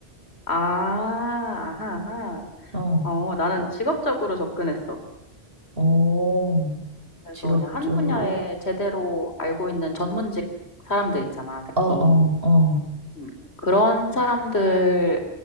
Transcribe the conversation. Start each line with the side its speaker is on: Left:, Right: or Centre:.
Left: 아, 아하, 아하.
Right: 어,
Left: 어, 나는 직업적으로 접근했어.
Right: 어,
Left: 그래서
Right: 직업적으로.
Left: 그냥 한 분야에 제대로 알고 있는 전문직 사람들 있잖아, 특히.
Right: 어, 어, 어,
Left: 음, 그런 사람들이